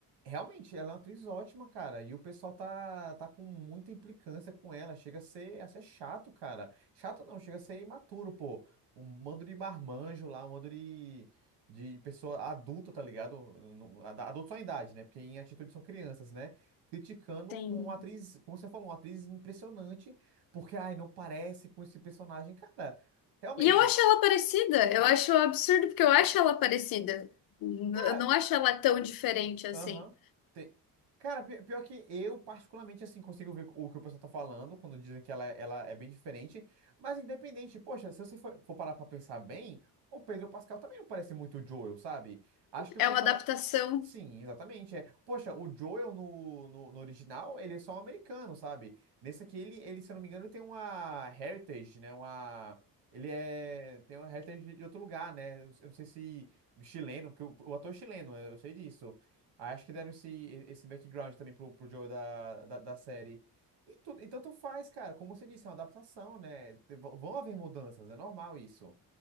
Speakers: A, on the right (about 80°); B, on the left (about 60°).
A: realmente, ela é uma atriz ótima, cara. E o pessoal tá, tá com muita implicância com ela. Chega a ser, a ser chato, cara. Chato não, chega a ser imaturo, pô. Um bando de marmanjo lá, um bando de, de pessoa adulta, tá ligado? No- ad- Adulto só em idade, né? Porque em atitude são crianças, né? criticando
B: Tem...
A: um, uma atriz, como você falou, uma atriz impressionante, porque, ai, não parece com esse personagem. Cara, realmente,
B: E eu acho ela parecida, eu acho absurdo porque eu acho ela parecida. N-
A: cara,
B: Eu não acho ela tão diferente assim.
A: aham. tem- Cara, pi- pior que eu, particularmente, assim, consigo ver o que o pessoal tá falando quando dizem que ela, ela é bem diferente, mas independente, poxa, se você for, for parar pra pensar bem, o Pedro Pascal também não parece muito o Joel, sabe? Acho que o
B: É
A: pessoal,
B: uma adaptação.
A: Sim, exatamente. É. Poxa, o Joel no, no, no original, ele é só um americano, sabe? Nesse aqui, ele, ele, se eu não me engano, ele tem uma heritage, né? Uma... Ele é... tem uma heritage de outro lugar, né? Eu não sei se chileno, porque o, o ator é chileno, eu sei disso. Aí acho que deram esse, esse background também pro, pro Joel da, da, da série. E, tu, e tanto faz, cara. Como você disse, é uma adaptação, né? Te- Vão haver mudanças, é normal isso.